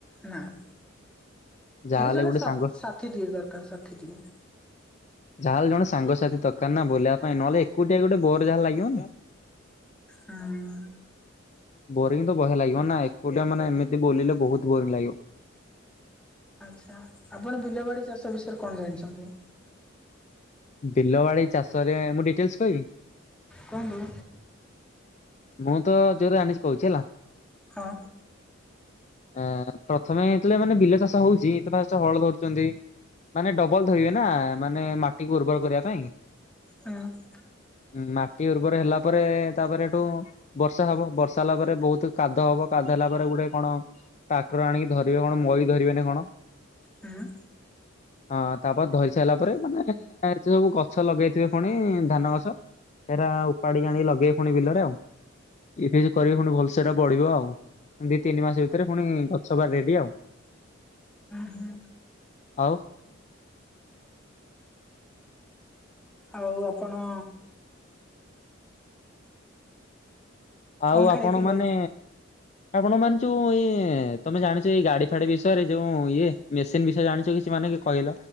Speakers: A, in the centre; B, on the left.
A: ନାଇ
B: ଯାହାହେଲେ
A: କେହି ଜଣେ
B: ଗୋଟେ
A: ସାଥି
B: ସାଙ୍ଗ
A: ଟିଏ ଦରକାର ସାଥି ଟିଏ।
B: ଯାହେଲେ ଜଣ ସାଙ୍ଗସାଥି ଦରକାର ନା ବୁଲିବା ପାଇଁ ନହେଲେ ଏକୁଟିଆ ଗୋଟେ ବୋର ଯାହା ଲାଗିବନି।
A: ହୁଁ।
B: ବୋରିଂ ତ ବହେ ଲାଗିବ ନା ଏକୁଟିଆ ମାନେ ଏମିତି ବୁଲିଲେ ବହୁତ ବୋରିଂ ଲାଗିବ।
A: ଆଛା ଆପଣ ବିଲ ବାଡି ଚାଷ ବିଷୟରେ କଣ ଜାଣିଛନ୍ତି?
B: ବିଲବାଡି ଚାଷ ରେ ମୁଁ ଡିଟେଲସ କହିବି।
A: କୁହନ୍ତୁ।
B: ମୁଁ ତ ଜୋଉ ରା ଆଣିଛିି କହୁଛି ହେଲା।
A: ହଁ।
B: ଏଁ ପ୍ରଥମେ ଯେତଲେ ମାନେ ବିଲ ଚାଷ ହଉଛି ତ ଫାଷ୍ଟ ହଳ ଧରୁଛନ୍ତି। ମାନେ ଡବଲ ଧଇବେ ନା ମାନେ ମାଟିକୁ ଉର୍ବର କରିବା ପାଇଁ।
A: ହୁଁ।
B: ଉଁ ମାଟି ଉର୍ବର ହେଲା ପରେ ତାପରେ ଏଠୁ ବର୍ଷା ହବ, ବର୍ଷା ହେଲା ପରେ ବହୁତ କାଦ ହବ, କାଦ ହେଲା ପରେ ଗୋଟେ କଣ ଟ୍ରାକ୍ଟର ଆଣିକି ଧରିବେ କଣ ମଇ ଧରିବେନି କଣ?
A: ହା।
B: ହଁ ତାପରେ ଧହି ସାରିଲା ପରେ ମାନେ ଏତ ସବୁ ଗଛ ଲଗେଇଥିବେ ପୁଣି ଧାନ ଗଛ। ସେରା ଉପାଡି ଆଣି ଲଗେଇବେ ପୁଣି ବିଲରେ ଆଉ। ଇଭି କରିବେ ପୁଣି ଭଲସେ ଟା ବଢିବ ଆଉ, ଦି ତିନି ମାସ ଭିତରେ ପୁଣି ଗଛବାର ରେଡି ଆଉ।
A: ହୁଁ
B: ଆଉ
A: ଆଉ ଆପଣ
B: ଆଉ
A: କଣ ଖାଇଥିଲେ
B: ଆପଣ ମାନେ ଆପଣ ମାନେ ଯୋଉ ଏ ତମେ ଜାଣିଛ ଏଇ ଗାଡି ଫାଡି ବିଷୟରେ ଯୋଉ ଇଏ ମେସିନ ବିଷୟ ଜାଣିଛ କିଛି, ମାନେ କହିଲ